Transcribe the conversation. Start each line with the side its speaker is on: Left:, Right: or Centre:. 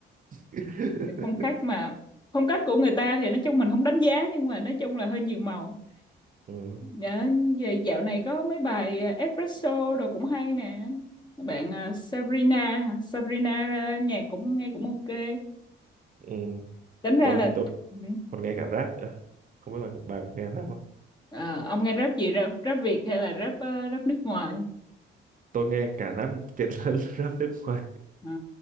Right: <laughs>
Left: phong cách mà phong cách của người ta thì nói chung mình không đánh giá nhưng mà nói chung là hơi nhiều màu
Right: ừ,
Left: Dạ, vậy dạo này có mấy bài à, espresso đồ cũng hay nè. Bạn à, Sabrina, hả? Sabrina ra nhạc cũng nghe cũng ok.
Right: ừ.
Left: Tính ra
Right: tôi
Left: là
Right: thì tôi
Left: ừ.
Right: còn nghe cả rap nữa không biết bà, bà có nghe rap không
Left: Ờ, ông nghe rap gì rap, rap Việt hay là rap ờ, rap nước ngoài?
Right: tôi nghe cả rap Việt lẫn <laughs> rap nước ngoài
Left: À,